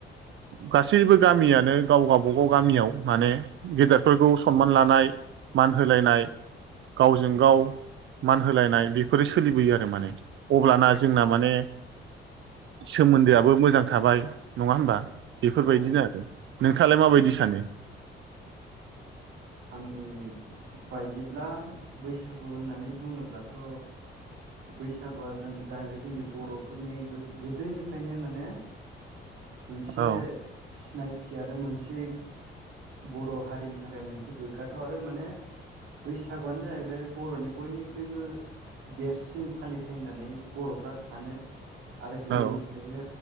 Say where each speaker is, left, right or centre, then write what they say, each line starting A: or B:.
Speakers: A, on the right (about 70°); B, on the right (about 85°).
A: गासैबो गामियानो गाव गाबागाव गामियाव माने गेदेरफोरखौ सनमान लानाय मान होलायनाय गावजों गाव मान होलायनाय बेफोरो सोलिबोयो आरो माने अब्लाना जोंना माने सोमोन्दोआबो मोजां थाबाय नङा होमबा। बेफोरबायदिनो
B: औ
A: आरो नोंथाङालाय माबायदि सानो?
B: आंनि बायदिब्ला बैसागु होननानै बुङोब्लाथ' बैसागुआ जों जाहैबाय जोंनि बर'फोरनि गोदोनिफ्रायनो माने मोनसे
A: औ
B: सिनायथि आरो मोनसे बर' हारिनि थाखाय मोनसे से गोग्गाथाव आरो माने बैसागुआनो जाहैबाय बर'नि बयनिख्रुइबो देरसिन फालिथाय होननानै बर'फ्रा सानो आरो गोदोनिफ्रायनो
A: औ